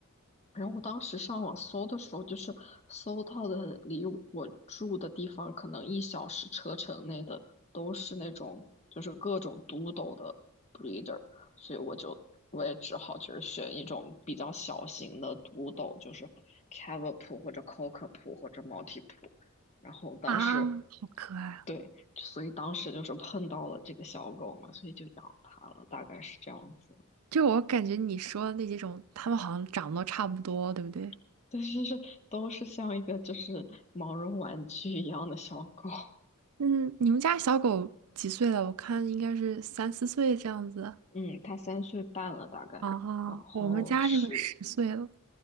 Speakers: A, on the left; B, on the right.
A: 然后我当时上网搜的时候，就是搜到的离我住的地方可能一小时车程内的都是那种就是各种 d 斗的 breeder，所以我就我也只好就是选一种比较小型的 d 斗，就是 c a v a p 或者 c o c k a p o 或者 Maltipoo。然后当时
B: 啊，好可爱啊！
A: 对，所以当时就是碰到了这个小狗嘛，所以就养它了，大概是这样子。
B: 就我感觉你说的那几种，它们好像长得都差不多，对不对？
A: <laughs> 但是是都是像一个就是毛绒玩具一样的小狗。<laughs>
B: 嗯，你们家小狗几岁了？我看应该是三四岁这样子。
A: 嗯，它三岁半了大概，
B: 啊。
A: 然后是
B: 我们家这个十岁了。